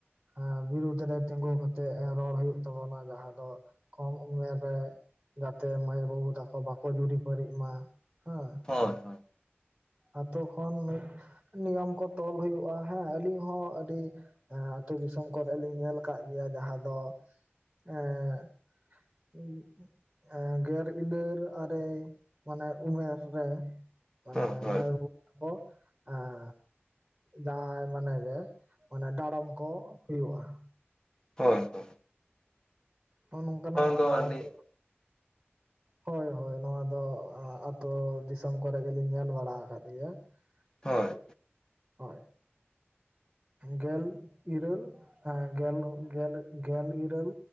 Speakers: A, on the right; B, on the left.
A: ᱦᱮᱸ ᱵᱤᱨᱩᱫᱷ ᱨᱮ ᱛᱤᱸᱜᱩ ᱠᱟᱛᱮᱜ ᱨᱚᱲ ᱦᱩᱭᱩᱜ ᱛᱟᱵᱚᱱᱟ ᱡᱟᱦᱟᱸ ᱫᱚ ᱠᱚᱢ ᱩᱢᱮᱨ ᱨᱮ ᱜᱟᱛᱮ, ᱢᱟᱹᱭ ᱟᱨ ᱵᱟᱵᱩ ᱛᱟᱠᱚ ᱵᱟᱠᱚ ᱡᱩᱨᱤ ᱯᱟᱨᱤᱜ ᱢᱟ ᱦᱮᱸ᱾
B: ᱦᱳᱭ ᱦᱳᱭ
A: ᱟᱛᱳ ᱠᱷᱚᱱ ᱢᱤᱫ ᱱᱤᱭᱚᱢ ᱠᱚ ᱛᱚᱞ ᱦᱩᱭᱩᱜᱼᱟ ᱦᱮᱸ ᱾ ᱟᱹᱞᱤᱧ ᱦᱚᱸ ᱟᱹᱰᱤ ᱮᱸ ᱟᱹᱛᱩ ᱫᱤᱥᱚᱢ ᱠᱚᱨᱮᱞᱤᱧ ᱧᱮᱞ ᱠᱟᱜ ᱜᱮᱭᱟ ᱡᱟᱦᱟ ᱫᱚ ᱮᱸ <unintelligible> ᱮᱸ ᱜᱮᱨ ᱤᱞᱟᱹᱨ ᱟᱨᱮ ᱢᱟᱱᱮ ᱩᱢᱮᱨ ᱨᱮ᱾ ᱢᱟᱱᱮ
B: ᱦᱳᱭ ᱦᱳᱭ
A: ᱢᱟ. ᱭ ᱵᱟᱹᱵᱩ ᱛᱟᱠᱚ ᱟᱸ ᱡᱟᱶᱟᱭ ᱢᱟᱱᱮ ᱜᱮ ᱢᱟᱱᱮ ᱰᱟᱸᱲᱚᱢ ᱠᱚ ᱦᱩᱭᱩᱜᱼᱟ ᱾
B: ᱦᱳᱭ ᱦᱳᱭ
A: ᱱᱚᱜᱼ ᱱᱚᱝᱠᱟᱱᱟᱜ
B: ᱫᱚ
A: ᱟ
B: ᱟᱹᱰᱤ
A: ᱟᱛᱩ ᱦᱳᱭ ᱦᱳᱭ ᱱᱚᱣᱟ ᱫᱚ ᱟ ᱟ. ᱛᱩ ᱫᱤᱥᱚᱢ ᱠᱚᱨᱮ ᱜᱮᱞᱤᱧ ᱧᱮᱞ ᱵᱟᱲᱟ ᱟᱠᱟᱫ ᱜᱮᱭᱟ ᱾
B: ᱦᱳᱭ
A: ᱦᱮᱸ ᱦᱳᱭ ᱾ ᱜᱮᱞ ᱤᱨᱟᱹᱞ ᱦᱮᱸ ᱜᱮᱞ ᱜᱮᱞ ᱜᱮᱞ ᱤᱨᱟᱹᱞ